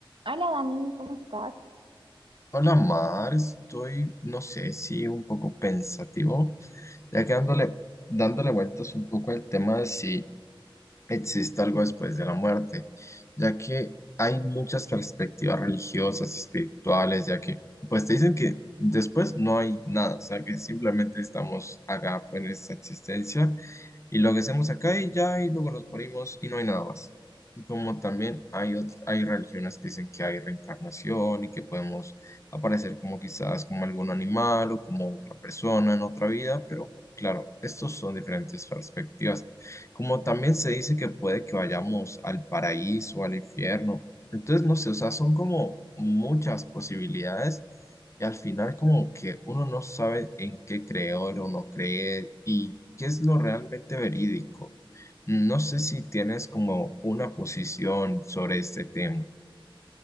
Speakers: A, on the right; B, on the left.
A: Hola Dani, ¿cómo estás?
B: Hola Mar, estoy, no sé si un poco pensativo, ya que dándole, dándole vueltas un poco al tema de si existe algo después de la muerte, ya que hay muchas perspectivas religiosas, y espirituales, ya que pues te dicen que después no hay nada, o sea que simplemente estamos acá en esta existencia y lo que hacemos acá y ya y luego nos morimos y no hay nada más. Como también hay otr- hay religiones que dicen que hay reencarnación y que podemos aparecer como quizás como algún animal o como otra persona en otra vida, pero claro, estos son diferentes perspectivas. Como también se dice que puede que vayamos al paraíso, o al infierno. Entonces, no sé, o sea, son como muchas posibilidades y al final como que uno no sabe en qué creer o no creer y qué es lo realmente verídico. No sé si tienes como una posición sobre este tema.